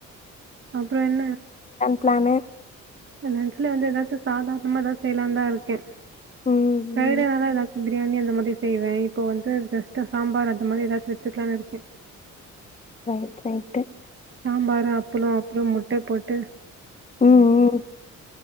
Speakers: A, on the right; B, on the left.
A: அப்பறம் என்ன
B: பிளனு
A: லன்ஞ்சுல வந்து ஏதாச்சும் சாதாரணமாாதான் செய்யலாம் தான் இருக்கேன்
B: ம்
A: டைரி
B: ம்
A: நல்லா ஏதாச்சும் பிரியாணி அந்த மாரி செய்வேன் இப்போ வந்து ஜஸ்ட் சாம்பார் அது மாரி ஏதாச்சும் வச்சுக்கலாம்னு இருக்கேன்
B: ரய்ட்டு ரய்ட்டு
A: சாம்பார் அப்பளம் அப்பறம் முட்ட போட்டு எட்டு
B: உம் உம்